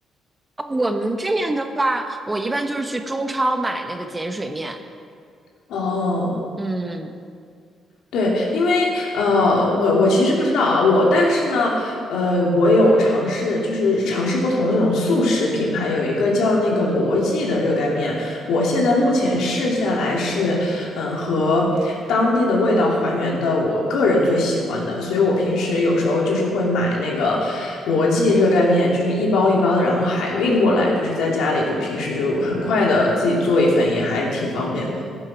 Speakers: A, on the right (about 15°); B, on the left (about 80°).
A: 哦，我们这边的话，我一般就是去中超买那个碱水面。
B: 哦，
A: 嗯。
B: 对，因为呃，我我其实不知道啊，我但是呢，呃，我有尝试，就是尝试不同的那种速食品牌，有一个叫那个罗记的热干面，我现在目前试下来是，嗯，和当地的味道还原的，我个人最喜欢的，所以我平时有时候就是会买那个罗记热干面，就是一包一包的，然后海运过来，就是在家里就平时就很快的自己做一份，也还挺方便的。